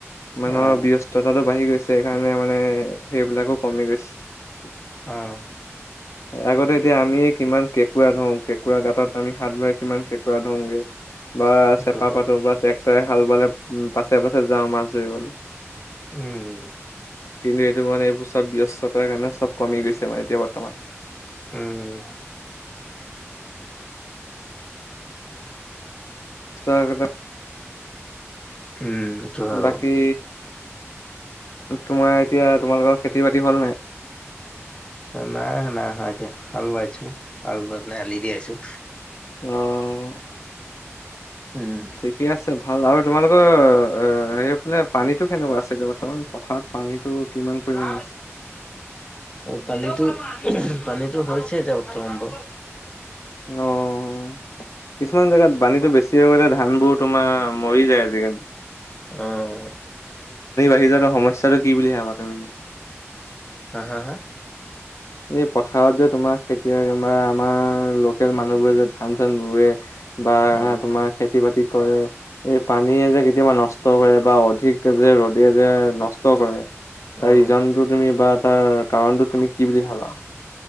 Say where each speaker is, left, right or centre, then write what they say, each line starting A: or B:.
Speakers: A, on the left (about 85°); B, on the left (about 20°).
A: মানুহৰ
B: আহ,
A: ব্যস্ততাটো বাঢ়ি গৈছে সেইকাৰণে মানে, সেইবিলাকো কমি গৈছে।
B: আহ,
A: আগতে এতিয়া আমি কিমান কেঁকুৰা ধৰো কেঁকুৰা গাঁতত আমি হাত বাৰ কিমান কেঁকুৰা ধৰোগে। বা
B: সেইটো
A: চেপা
B: হয়।
A: পাতোঁ বা ট্ৰেক্টৰে হাল বালে পাছে পাছে যাওঁ মাছ ধৰিবলৈ।
B: উম।
A: কিন্তু এইটো মানে এইবোৰ চব ব্যস্ততাৰ কাৰণে চব কমি গৈছে মানে এতিয়া বৰ্তমান।
B: উম।
A: তই আগতে
B: উম, সেইটো হয়
A: বাকী
B: বাৰু।
A: তোমাৰ এতিয়া তোমালোকৰ খেতি বাতি হ'ল নাই?
B: নাই, নাই, হয় দিয়া। হাল বাইছোঁ, হাল বাই পেলাই আলি দি আছোঁ।
A: অ'।
B: উম।
A: ঠিকে আছে ভাল আৰু তোমালোকৰ আ, সেইফালে পানীটো কেনেকুৱা আছিলে? বৰ্তমান পথাৰত পানীটো কিমান পৰিমাণে
B: আ,
A: আছে?
B: পানীটো পানীটো হৈছে এতিয়া বৰ্তমান ব
A: অ'। কিছুমান জেগাত পানীটো বেছি হৈ গ'লে ধানবোৰ তোমাৰ, মৰি যায় আজিকালি।
B: অ'।
A: এই যিটো সমস্যাটো কি বুলি ভাবা তুমি?
B: হা, হা, হা।
A: এই পথাৰত যে তোমাৰ খেতিয়ক আমাৰ, আমাৰ লোকেল মানুহবোৰে যে ধান চান ৰুৱে বা
B: অ',
A: তোমাৰ খেতি-বাতিত কৰে, এই পানীয়ে যে কেতিয়াবা নষ্ট কৰে বা অধিক যে, ৰ'দে যে নষ্ট কৰে তাৰ
B: অ',
A: ৰিজনটো তুমি বা তাৰ কাৰণটো তুমি কি বুলি ভাবা?